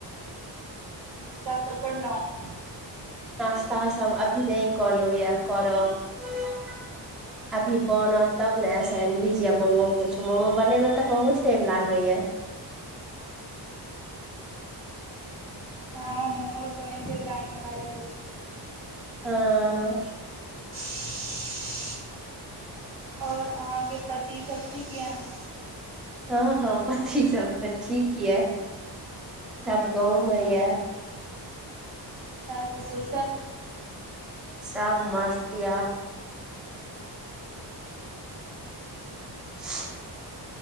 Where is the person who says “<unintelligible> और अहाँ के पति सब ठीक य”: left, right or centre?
Right